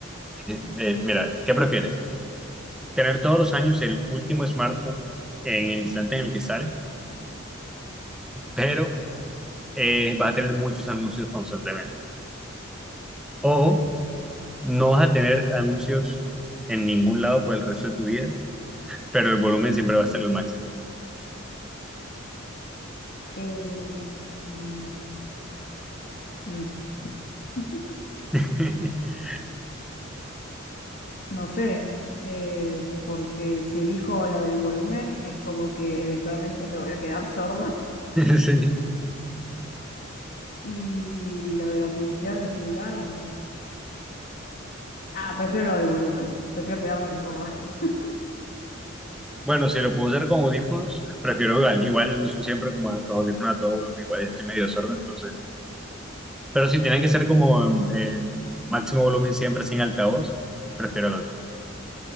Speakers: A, in the centre; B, on the left (about 55°).
A: Eh, mira, ¿qué prefieres? ¿Tener todos los años el último smartphone en el instante en el que sale? pero eh, vas a tener muchos anuncios constantemente. O no vas a tener anuncios en ningún lado por el resto de tu vida, pero el volumen siempre va a ser lo máximo.
B: Eh, mm, mm, <laughs>
A: <laughs>
B: no sé, eh, porque si elijo la del volumen, es como que eventualmente me voy a quedar sorda. <laughs>
A: Sí.
B: Y la de la publicidad en el celular. Ah, prefiero lo del volumen. Prefiero quedarme sorda. <laughs>
A: Bueno, si lo puedo usar con audífonos, prefiero igual. Igual uso siempre como los audífonos a todo volumen, igual estoy medio sordo, entonces. Pero si tiene que ser como en- en máximo volumen siempre sin altavoz, prefiero el otro.